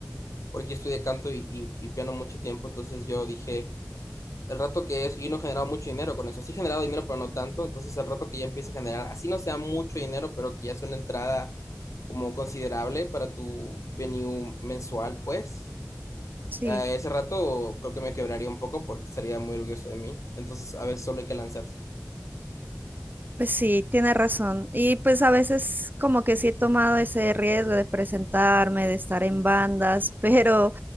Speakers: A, on the left; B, on the right.
A: porque yo estudié canto y, y- y piano mucho tiempo, entonces yo dije, el rato que es, y no he generado mucho dinero con eso, sí he generado dinero, pero no tanto, entonces el rato que ya empiece a generar, así no sea mucho dinero, pero que ya sea una entrada como considerable para tu venue mensual, pues.
B: sí.
A: A ese rato creo que me quebraría un poco porque estaría muy orgulloso de mí. Entonces, a veces solo hay que lanzarse.
B: Pues sí, tiene razón. Y pues a veces como que sí he tomado ese riesgo de presentarme, de estar en bandas, <laughs> pero